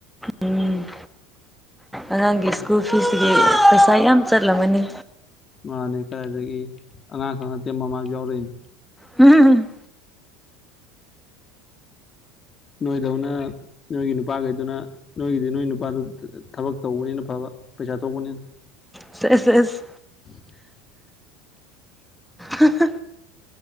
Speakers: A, in the centre; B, on the left.
A: ꯎꯝ ꯑꯉꯥꯡꯒꯤ ꯁ꯭ꯀꯨꯜ ꯐꯤꯒꯤ ꯄꯩꯁꯥ ꯌꯥꯝ ꯆꯠꯂꯝꯒꯅꯤ
B: ꯃꯥꯅꯦ ꯀꯗꯥꯗꯒꯤ ꯑꯉꯥꯡ ꯈꯛ ꯅꯠꯇꯦ ꯃꯃꯥꯁꯨ ꯌꯥꯎꯔꯛꯏꯅꯝ
A: ꯍꯝ ꯍꯝ
B: ꯅꯣꯏꯗꯧꯅ ꯅꯣꯏꯒꯤ ꯅꯨꯄꯥꯈꯩꯗꯨꯅ ꯅꯣꯏꯒꯤꯗꯤ ꯅꯣꯏ ꯅꯨꯄꯥꯗꯨ ꯊꯕꯛ ꯇꯧꯕꯅꯤꯅ ꯐꯕ ꯄꯩꯁꯥ ꯊꯣꯛꯄꯅꯤꯅ
A: ꯁꯁ
B: <unintelligible>
A: ꯍ ꯍ